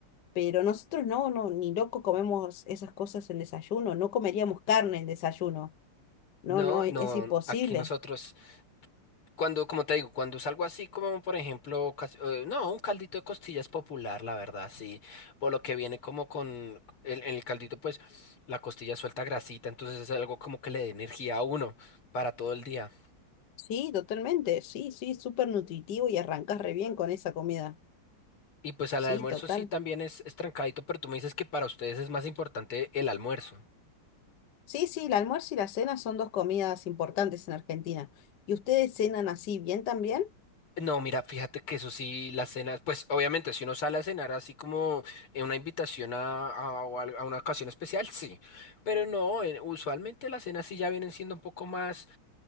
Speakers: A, on the left (about 60°); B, on the left (about 75°).
A: Pero nosotros no, no, ni loco comemos esas cosas en desayuno, no comeríamos carne en desayuno. No,
B: No,
A: no, e-
B: no,
A: es imposible.
B: aquí nosotros, cuando, como te digo, cuando salgo así como, por ejemplo, cas- eh, no, un caldito de costillas popular, la verdad, sí, por lo que viene como con el, el caldito, pues la costilla suelta grasita, entonces es algo como que le dé energía a uno para todo el día.
A: Sí, totalmente, sí, sí, súper nutritivo y arrancas re bien con esa comida.
B: Y pues al
A: Sí,
B: almuerzo
A: total.
B: sí también es, es trancadito, pero tú me dices que para ustedes es más importante el almuerzo.
A: Sí, sí, el almuerzo y la cena son dos comidas importantes en Argentina. ¿Y ustedes cenan así bien también?
B: No, mira, fíjate que eso sí, las cenas, pues obviamente si uno sale a cenar así como en una invitación a, a- o al- a una ocasión especial, sí, pero no, eh, usualmente las cenas sí ya vienen siendo un poco más,